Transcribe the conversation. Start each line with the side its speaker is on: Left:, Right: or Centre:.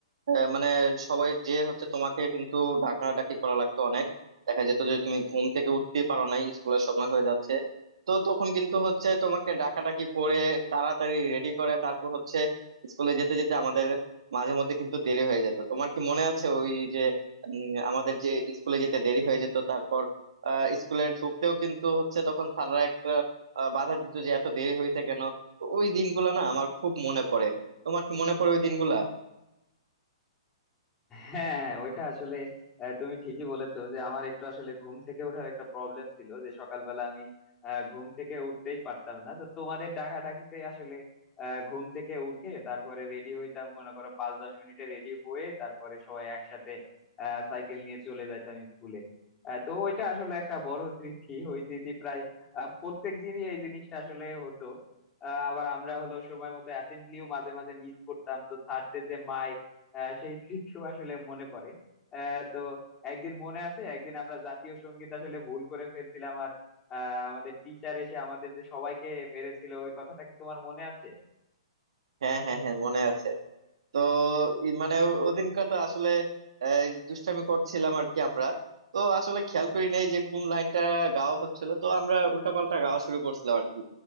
Right: আহ, মানে সবাই যে হচ্ছে তোমাকে কিন্তু ডাকাডাকি করা লাগতো অনেক দেখা যেত যে তুমি ঘুম থেকে উঠতে পারো নাই স্কুলের সময় হয়ে যাচ্ছে তো তখন কিন্তু হচ্ছে তোমাকে ডাকাডাকি করে তাড়াতাড়ি রেডি করে তারপর হচ্ছে স্কুলে যেতে যেতে আমাদের মাঝে মধ্যে কিন্তু দেরি হয়ে যেত তোমার কি মনে আছে ওই যে উম, আমাদের যে স্কুলে যেতে দেরি হয়ে যেত তারপর আহ, স্কুলে ঢুকতেও কিন্তু হচ্ছে তখন স্যাররা একটা আহ, বাধা দিত যে এত দেরি হয়েছে কেন তো ওই দিনগুলো না আমার খুব মনে পড়ে তোমার কি মনে পড়ে ওই দিনগুলা
Left: হ্যাঁ ওইটা আসলে আহ, তুমি ঠিকই বলেছো যে আমার একটু আসলে ঘুম থেকে ওঠার একটা প্রবলেম ছিল যে সকালবেলা আমি আহ, ঘুম থেকে উঠতেই পারতাম না তো তোমাদের ডাকাডাকিতে আসলে আহ, ঘুম থেকে উঠে তারপরে রেডি হইতাম মনে করো পাঁচ দশ মিনিটে রেডি হয়ে তারপরে সবাই একসাথে সাইকেল নিয়ে চলে যাইতাম স্কুলে আহ, তো ওইটা আসলে একটা বড় স্মৃতি ওই স্মৃতি প্রায় প্রত্যেক দিনই এই জিনিসটা আসলে হতো আহ, আবার আমরা হলো সময় মতো অ্যাসেম্বলিও মাঝে মাঝে মিস করতাম তো স্যারদের যে মাইর আহ, সেই স্মৃতিও আসলে মনে পড়ে আহ, তো একদিন মনে আছে একদিন আমরা জাতীয় সঙ্গীত আসলে ভুল করে ফেলছিলাম আর আহ, আমাদের টিচার এসে আমাদের যে সবাইকে মেরেছিল ওই কথাটা কি তোমার মনে আছে
Right: হ্যাঁ হ্যাঁ হ্যাঁ মনে আছে তো ই- মানে ও- ওদিনকার তো আসলে এই, দুষ্টামি করছিলাম আর কি আমরা তো আসলে খেয়াল করি নাই যে কোন লাইনটা গাওয়া হচ্ছিল তো আমরা উল্টাপাল্টা গাওয়া শুরু করছিলাম আর কি